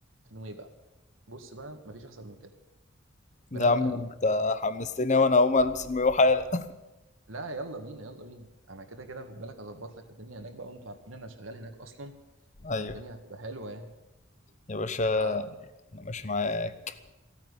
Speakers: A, on the right; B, on the left.
A: نوي بقى بص بقى مفيش احسن من كده مروق
B: يا عم
A: عليه
B: انت حمستني وأنا هقوم ألبس المايوه حالا
A: لا يلا بينا يلا بينا انا كده كده خد بالك اظبط لك الدنيا هناك بقى وانتوا عارفين انا شغال هناك اصلا
B: <laughs>
A: فالدنيا
B: أيوه
A: هتبقى حلوه يعني
B: يا باشا
A: ف
B: أنا ماشي معاك